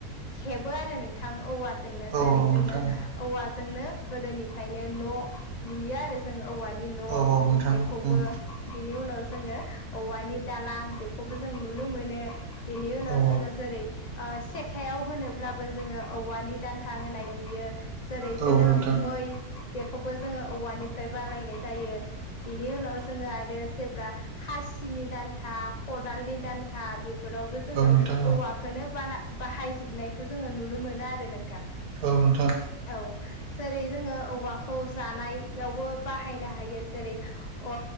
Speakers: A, on the left; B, on the right.
A: हेबो आरो नोंथां औवा जोंनो
B: औ
A: जेरै जोङो
B: नोंथां
A: औवाजोंनो गोदोनिफ्रायनो न' लुयो आरो जों औवानि न'
B: औ नोंथां
A: बेखौबो
B: उम औ
A: बेनि उनाव जोङो औवानि दालां बेखौबो जों नुनो मोनो। बेनि उनाव
B: औ
A: जोङो जेरै ओ सेखायाव होनोब्लाबो जोङो औवानि दान्था होनाय नुयो। जेरै
B: औ
A: जोङो
B: नोंथां
A: मै बेखौबो जोङो औवानि फ्राय बालायनाय जायो बेनि उनाव जोङो आरो जेब्ला खासिनि दान्था खदालनि दान्था बे फोरावबो जोङो
B: औ नोंथां औ
A: औवाखोनो बाला बाहायजोबनायखौ जोङो नुनो मोनो आरो नों थां
B: औ नोंथां
A: औ जेरै जोङो औवाखौ जानाय यावबो बाहायनो हायो जेरै अ